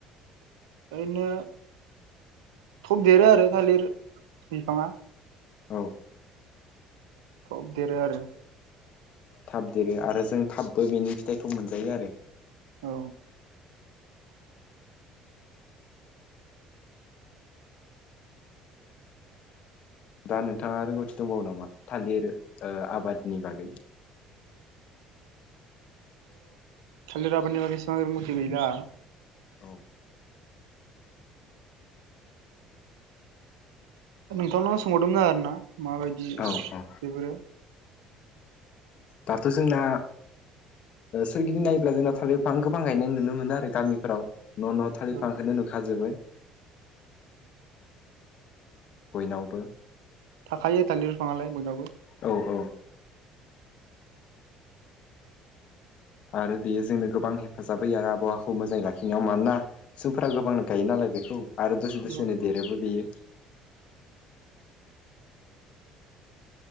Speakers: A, on the right; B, on the left.
A: ओरैनो थब देरो आरो थालिर बिफाङा
B: औ।
A: थब देरो आरो।
B: थाब देरो आरो जों थाबबो बेनि फिथाइखौ मोनजायो आरो
A: औ।
B: दा नोंथाङा रोंगौथि दंबावो नामा थालिर आबादनि बागै
A: थालिरा माने मथि गैला
B: औ।
A: नोंथांनावनो सोंहरदोंमोन आरोना माबायदि
B: औ औ
A: बेफोरो
B: दाथ' जोंना सोरगिदिं नायोब्ला जोंना थाल बिफां गोबां गायनाय नुनो मोनो आरो गामिफोराव न' न' थालिर
A: औ
B: फांखौनो नुखाजोबो बयनावबो
A: थाखायो थालिर बिफाङालाय बयनावबो
B: औ औ आरो बेयो जोंनो गोबां हेफाजाब होयो आरो आबहावाखौ मोजाङै लाखिनायाव मानोना समफोरा गोबांनो गायो नालाय बेखौ आरो दसे दसेनो
A: औ
B: देरोबो बेयो